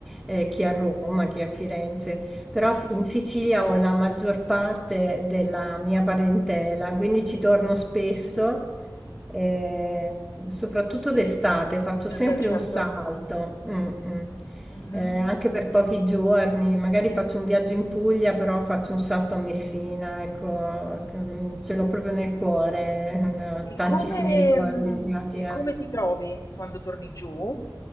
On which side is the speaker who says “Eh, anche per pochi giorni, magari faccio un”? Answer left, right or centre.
Centre